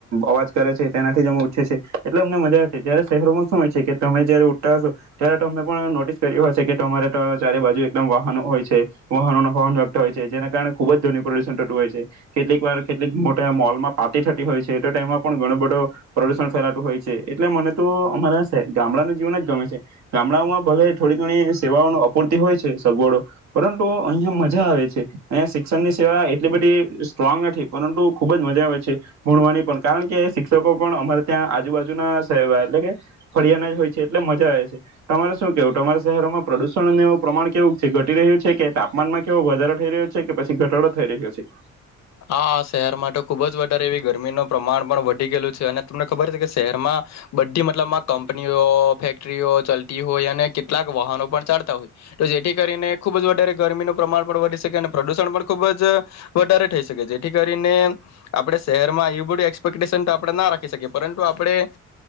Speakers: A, on the right; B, on the left.
A: અવાજ કરે છે તેનાથી જ અ ઊઠે છે. એટલે અમને મજા આવે છે. જ્યારે શહેરોમાં શું હોય છે કે તમે જયારે ઉઠતા હશો. ત્યારે તમે પણ નોટિસ કર્યું હશે કે તમારે તો ચારે બાજુ એકદમ વાહનો હોય છે. વાહનો નો હોન વાગતાં હોય છે, જેના કારણે ખુબ જ ધન પ્રદુષણ થતું હોય છે. કેટલીક વાર કેટલીક મોટા મોલમાં પાટી થતી હોય છે, તો તેમાં પણ ઘણું બધો પ્રદુષણ ફેલાતું હોય છે, એટલે મને તો અમારા ગામડાનું જીવન જ ગમે છે. ગામડાઓમાં ભલે થોડી ઘણી સેવાઓનો અપૂરતિ હોય છે, સગવડો પરંતુ અહિયાં મજા આવે છે, અહીંયા શિક્ષણની સેવા એટલી બધી સ્ટ્રોંગ નથી, પરંતુ ખુબ જ મજા આવે છે. ભણવાની પણ કારણ કે શિક્ષકો પણ અમારે ત્યાં આજુબાજુના સવા એટલે કે ફરિયાના જ હોય છે, એટલે મજા આવે છે. તમારે શું કેવું તમારા શહેરોમાં પ્રદુષણનું પ્રમાણ કેવું છે. ઘટી રહ્યું છે કે તાપમાનમાં કેવો વધારો થઈ રહ્યો છે કે, પછી ઘટાડો થઈ રહ્યો છે.
B: હા, શહેરમાં તો ખુબ જ વધારે એવી ગરમીનું પ્રમાણ પણ વધી ગયેલું છે. અને તમને ખબર છે કે શહેરમાં બધી મતલબમાં કંપનીઓ ફેક્ટરીઓ ચતી. હોય અને કેટલાક વાહનો પણ ચાલતા હોય છે. તો જેથી કરીને ખુબ જ વધારે ગરમીનું પ્રમાણ પણ વધી શકે, અને પ્રદુષણ પણ ખુબ જ વધારે શકે, જેથી કરીને આપણે શહેર એવી બધી આપણે ના રાખી શકીએ, પરંતુ આપણે